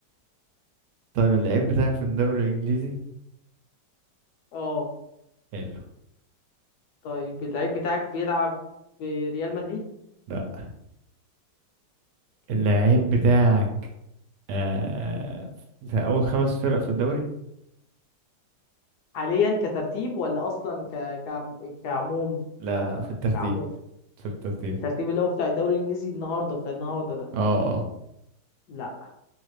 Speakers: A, on the right; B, on the left.
A: طيب اللعيب بتاعك في الدوري الإنجليزي
B: اه
A: حلو
B: طيب اللعيب بتاعك بيلعب في ريال مدريد
A: لا
B: أوكي.
A: اللعيب بتاعك آه... في أول خمس فرق في الدوري
B: حاليا كترتيب ولا اصلا ك... ك... كعموم
A: لا
B: ك-
A: لا في الترتيب
B: كعموم
A: في الترتيب
B: الترتيب اللي هو بتاع الدوري الانجليزي النهارده بتاع النهارده ده
A: اه اه
B: لا